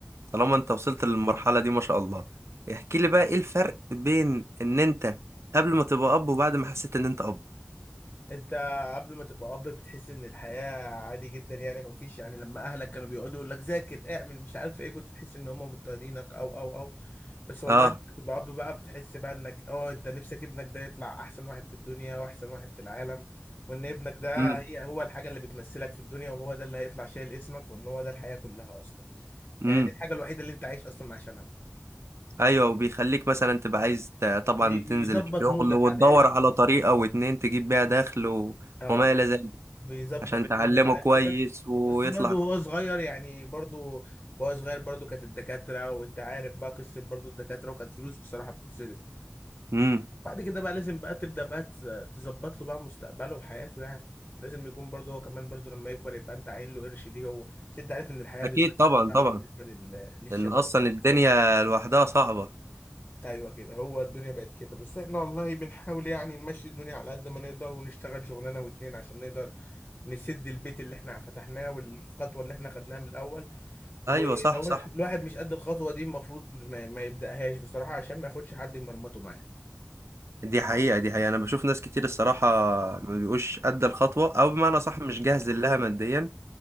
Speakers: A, on the right; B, on the left.
A: طالما انت وصلت للمرحلة دي ما شاء الله احكي لي بقى ايه الفرق بين ان انت قبل ما تبقى اب وبعد ما حسيت ان انت اب
B: انت قبل ما تبقى اب بتحس ان الحياة عادي جدا يعني ما فيش يعني لما اهلك كانوا بيقعدوا يقول لك ذاكر اعمل مش عارف ايه كنت تحس ان هم مضطهدينك او او او بس والله
A: اه
B: لما تبقى اب بقى بتحس بقى انك اه انت نفسك ابنك ده يطلع احسن واحد في الدنيا واحسن واحد في العالم وان ابنك ده
A: امم
B: هي هو الحاجة اللي بتمثلك في الدنيا وهو ده اللي هيطلع شايل اسمك وان هو ده الحياة كلها اصلا
A: امم
B: يعني دي الحاجة الوحيدة اللي انت عايش اصلا عشانها
A: ايوه وبيخليك مثلا تبقى عايز ت- طبعا
B: بيظبط
A: تنزل الشغل
B: مودك
A: وتدور
B: على الاخر
A: على طريقة واتنين تجيب بيها دخل و...
B: اه
A: وما الى ذلك
B: بيظبط
A: عشان تعلمه
B: مودك على
A: كويس
B: الاخر بس
A: ويطلع
B: بس برضه هو صغير يعني برضه وهو صغير برضه كانت الدكاترة وانت عارف بقى قصة برضه الدكاترة وكانت فلوس بصراحة بتتصرف
A: امم
B: بعد كده بقى لازم بقى تبدأ بقى تس- تظبط له بقى مستقبله وحياته يعني لازم يكون برضه هو كمان برضه لما يكبر يبقى انت عاين له قرش ليه هو عشان انت عارف ان الحياة
A: اكيد
B: دلوقتي
A: طبعا
B: بقت صعبة
A: طبعا
B: بالنسبة لل- للشباب
A: لان اصلا الدنيا لوحدها صعبه
B: ايوه كده هو الدنيا بقت كده بس احنا والله بنحاول يعني نمشي الدنيا على قد ما نقدر ونشتغل شغلانه واتنين عشان نقدر نسد البيت اللي احنا فتحناه والخطوه اللي احنا خدناها من الاول ولو
A: ايوه صح صح
B: الواحد مش قد الخطوه دي المفروض ما, ما يبداهاش بصراحه عشان ما ياخدش حد يمرمطه معاه
A: دي حقيقه دي حقيقه انا بشوف ناس كتير الصراحه ما بيبقوش قد الخطوه او بمعنى صح مش جاهز لها ماديا